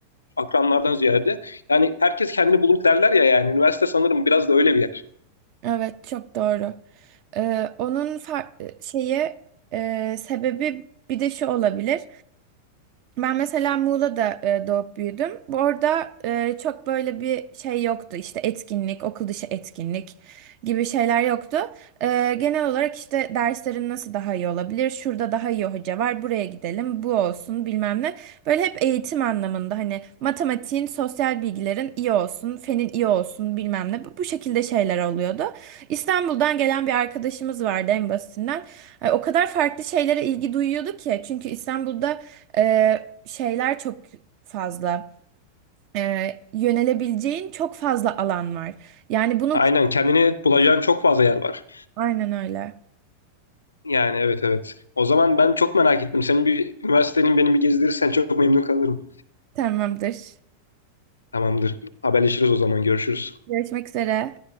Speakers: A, on the left (about 75°); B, on the right (about 45°).
A: akranlardan ziyade. Yani herkes kendini bulur derler ya yani. Üniversite sanırım biraz da öyle bir yer.
B: Evet çok doğru. Ee, onun far- şeyi e, sebebi bir de şu olabilir. Ben mesela Muğla'da e, doğup büyüdüm. Bu arada e, çok böyle bir şey yoktu. İşte etkinlik, okul dışı etkinlik gibi şeyler yoktu. E, genel olarak işte derslerin nasıl daha iyi olabilir? Şurada daha iyi hoca var, buraya gidelim, bu olsun bilmem ne. Böyle hep eğitim anlamında hani matematiğin, sosyal bilgilerin iyi olsun, fenin iyi olsun bilmem ne. Bu, bu şekilde şeyler oluyordu. İstanbul'dan gelen bir arkadaşımız vardı en basitinden. E, o kadar farklı şeylere ilgi duyuyordu ki. Çünkü İstanbul'da... E, şeyler çok fazla. Ee, yönelebileceğin çok fazla alan var. Yani bunu
A: Aynen kendini bulacağın çok fazla yer var.
B: aynen öyle.
A: Yani evet evet. O zaman ben çok merak ettim. Senin bir üniversitenin beni bir gezdirirsen çok memnun kalırım.
B: Tamamdır.
A: Tamamdır. Haberleşiriz o zaman. Görüşürüz.
B: Görüşmek üzere.